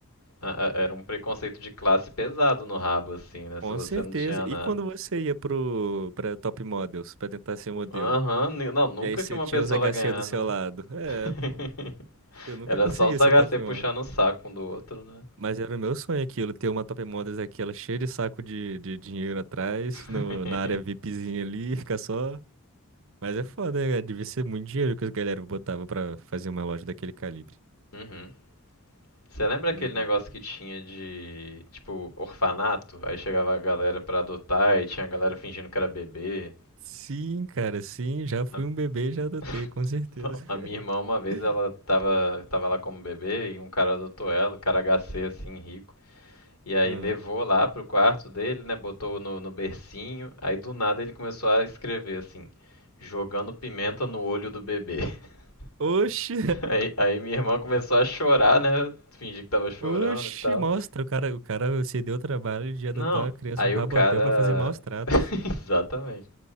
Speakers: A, on the left; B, on the right.
A: A- a- Era um preconceito de classe pesado no rabo, assim, né?
B: Com
A: Se você
B: certeza.
A: não tinha nada.
B: E quando você ia pro, pra Top Models, pra tentar ser modelo?
A: Aham, ni- não, nunca
B: E aí você
A: que uma
B: tinha
A: pessoa
B: os HC
A: vai ganhar,
B: do seu
A: né?
B: lado. É,
A: <laughs>
B: pô. Eu nunca
A: Era
B: consegui
A: só os
B: ser
A: HC
B: Top
A: puxando
B: Model.
A: o saco um do outro, né?
B: Mas era o meu sonho aquilo, ter uma Top Models aquela cheia de saco de, de dinheiro atrás,
A: <laughs>
B: no, na área VIPzinha ali, <laughs> ficar só. Mas é foda, né, cara? Devia ser muito dinheiro que as galera botava pra fazer uma loja daquele calibre.
A: Uhum. Você lembra
B: Doideira.
A: aquele negócio que tinha de, tipo, orfanato? Aí chegava a galera pra adotar e tinha a galera fingindo que era bebê.
B: Sim, cara, sim, já fui
A: A- <laughs>
B: um bebê e já adotei, com certeza.
A: Então, a minha irmã, uma vez,
B: <laughs>
A: ela tava, tava lá como bebê e um cara adotou ela, cara HC, assim, rico. E aí
B: Ah.
A: levou lá pro quarto dele, né? Botou no, no bercinho. Aí do nada ele começou a escrever assim, jogando pimenta no olho do bebê. <laughs>
B: Oxi!
A: Aí, aí minha irmã começou a
B: <laughs>
A: chorar, né? Eu Fingi que tava chorando
B: Oxi,
A: e tal.
B: maus tra- O cara, o cara se deu o trabalho de adotar
A: Não,
B: uma criança
A: aí
B: no
A: o
B: Rabotel
A: cara.
B: pra fazer maus tratos.
A: <laughs> Exatamente.